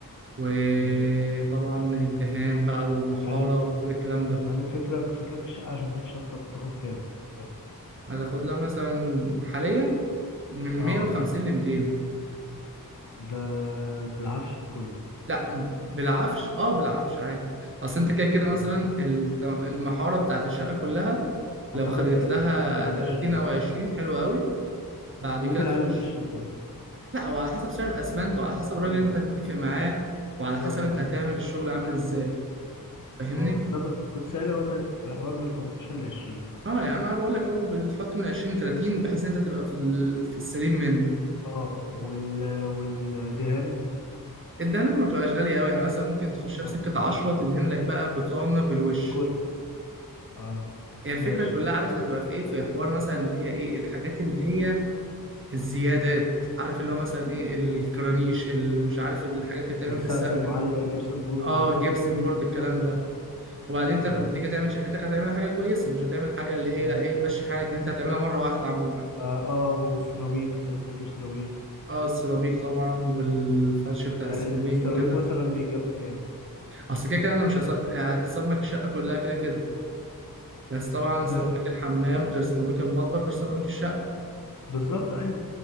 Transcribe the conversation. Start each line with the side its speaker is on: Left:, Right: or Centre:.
Right: وطبعا
Left: مم.
Right: الدهان بقى والمحاره
Left: يعني
Right: وكل الكلام ده
Left: يعني فكرك فكرك الشقه عشان تتشطب بتاخد كام مثلا
Right: هتاخد لها مثلا حاليا من
Left: اه
Right: 150
Left: ب...
Right: ل 200
Left: ده بالعفش بكله
Right: لا م- بالعفش اه بالعفش عادي اصل انت كده كده
Left: ايوه
Right: مثلا
Left: أيوة.
Right: الت- المحاره بتاعت الشقه كلها لو
Left: هتاخد
Right: خدت
Left: 30
Right: لها
Left: مثلا او
Right: 30
Left: 20
Right: او 20 حلو قوي بعد
Left: ممكن
Right: كده تخش
Left: اقل من 20 كمان
Right: لا وعلى حسب سعر الاسمنت وعلى حسب الراجل
Left: اه
Right: اللي انت هتتفق معاه وعلى
Left: بالظبط
Right: حسب انت
Left: ايوه
Right: هتعمل الشغل عامل ازاي فاهمني
Left: اه بس انا كنت كنت سالي هو كانت في حوار من 15 ل 20
Right: اه يعني انا بقول لك اهو بتحط من 20 ل 30 بحيث ان انت تبقى في ال- في السليم منه
Left: اه وال والدهان
Right: الدهانات ما بتبقاش غاليه قوي يعني مثلا ممكن تخشها
Left: اه
Right: في سكه 10 تدهن لك بقى بطانه بالوش
Left: بكله اه
Right: هي يعني
Left: ماشي
Right: الفكره كلها عارف هتبقى في ايه في حوار مثلا اللي هي ايه الحاجات اللي هي الزيادات عارف اللي هو مثلا ايه الكرانيش مش عارف الحاجات اللي بتعمل
Left: السقف
Right: في السقف
Left: المعلق
Right: دي
Left: الجبسن بورد
Right: اه
Left: والحاجات
Right: جبسن
Left: دي
Right: بورد الكلام ده وبعدين انت
Left: اه
Right: لما تيجي تعمل شقتك هتعمل حاجه كويسه مش هتعمل حاجه اللي هي
Left: مم.
Right: ايه ماشي
Left: أو-
Right: حالك ان انت هتعملها مره واحده عموما
Left: فا اه والسيراميك انت لسه هتجيب سيراميك
Right: اه السيراميك طبعا والفرش بتاع
Left: يعني
Right: السيراميك
Left: السيراميك
Right: وكده
Left: مثلا بيتجاب بكام
Right: اصل كده كده انا مش هص... يعني هتصمك الشقه كلها كده كده بس طبعا سيراميك
Left: آه.
Right: الحمام غير سيراميك المطبخ غير سيراميك الشقه
Left: بالظبط ايوه